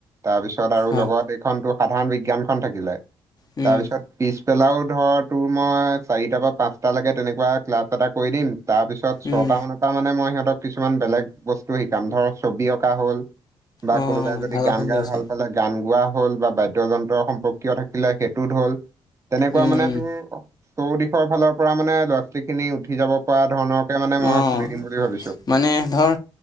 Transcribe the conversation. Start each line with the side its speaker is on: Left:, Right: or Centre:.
Right: তাৰপিছত আৰু
Left: হয়,
Right: লগত টো সাধাৰণ বিজ্ঞান খন থাকিলে
Left: উম,
Right: তাৰপিছত পিছ পেলাও ধৰ তোৰ মই চাৰিটা বা পাঁচটা লৈকে তেনেকুৱা ক্লাছ এটা কৰি দিম তাৰপিছত ছট
Left: উম,
Right: মানৰ পৰা মানে মই সিহঁতক কিছুমান বেলেগ বস্তু শিকাম ধৰ ছবি অঁকা হ'ল বা
Left: অ',
Right: কোনোবাই যদি
Left: ভাল
Right: গান
Left: কথা
Right: গাই
Left: লাগিছে,
Right: ভাল পালে গান গোৱা হ'ল বা বাদ্যয় যন্ত্ৰ সম্পৰ্কীয় থাকিলে সেইটোত হ'ল তেনেকুৱা
Left: উম,
Right: মানে
Left: উম,
Right: তোৰ তৌ দিশৰ ফালৰ পৰা মানে ল'ৰা ছোৱালী খিনি উঠি যাব পৰা ধৰণৰ কেে মানে
Left: অ',
Right: মই খুলি দিম বুলি ভাবিো
Left: মানে ধৰ